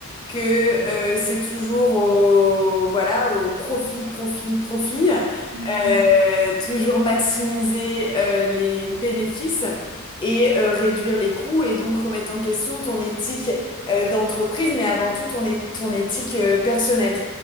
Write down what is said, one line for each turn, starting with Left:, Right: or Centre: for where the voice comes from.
Left: que euh,
Right: tout à fait.
Left: c'est toujours au, voilà, au profit, profit, profit,
Right: Mm, mm,
Left: euh, toujours maximiser euh, les bénéfices et euh, réduire les coûts et donc remettre en question ton éthique euh, d'entreprise, mais avant tout ton, é- ton éthique euh, personnelle.